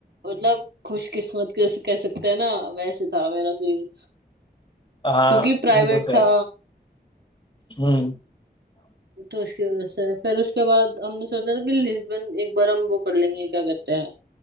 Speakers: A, on the right; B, on the left.
A: मतलब खुशकिस्मत कैसे कह सकते हैं ना वैसे था मेरा सीन
B: हाँ
A: क्योंकि प्राइवेट
B: वो तो है
A: था
B: हम्म
A: तो इसकी वजह से फिर उसके बाद हमने सोचा था कि लिस्बन एक बार हम वो कर लेंगे क्या कहते हैं